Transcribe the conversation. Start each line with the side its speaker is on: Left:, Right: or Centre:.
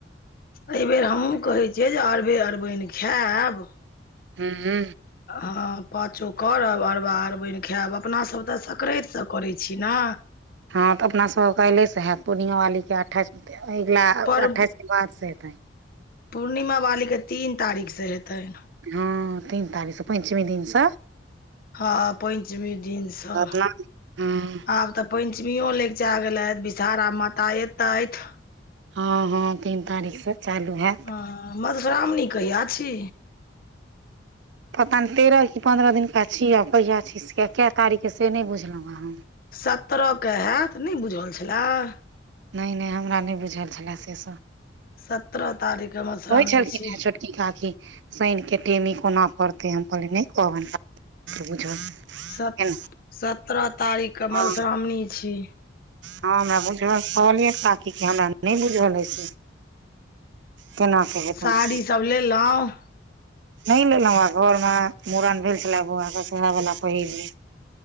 Left: अहिबेर हमहु कहै छियै, जे अरबे अरबैन खैब।
Right: हू।
Left: हँ, पाँचो करब, अरबा -अरबैन खायब, अपना सब तऽ, सक्राति स करय छी ने?
Right: हँ, तऽ अपना सबके काइल्हे से हैत, पूर्णिमा बालीके अठाइस, अगिला
Left: पर
Right: अठाइसके बाद से हेतै।
Left: पूर्णिमा बालीके तीन तारीख से हेतय।
Right: हँ, तीन तारीख स पंचमी दिन स।
Left: हँ, पंचमी दिन स
Right: ने हँ
Left: आब तऽ। पंचमीयो लैगचा गेलै, विषहारा माता एतथि।
Right: हँ, हँ, तीन तारीख स चालू हैत।
Left: हँ, मधुश्रावणी कहिया छी?
Right: पता नहि, तेरह कि पन्द्रह दिनका छी, आब कहिया छी कय तारीख के से नहि बुझलहुँ हँ हम।
Left: सत्ररह के हैत, नहि बुझल छलय?
Right: नहि -नहि हमरा नहि बुझल छलय से सभ।
Left: सत्रह तारीख के मधुश्रावणी
Right: छलखिन
Left: छी।
Right: हे छोटकी काकी शनिके टेमी कोना पड़तै, हम कहलियै नहि कहब, बुझल
Left: स
Right: केना
Left: सत्रह तारीख के
Right: हँ
Left: मधुश्रावणी छी।
Right: हँ, हमरा बुझल कहलियैन काकी के, हमरा नहि बुझल अछि। केना
Left: साड़ी
Right: से
Left: सब लेलहुँ?
Right: नहि लेलहुँ हें, घर मे मूड़न भेल छलय बौआ के, सेहे वला पहिर लेब।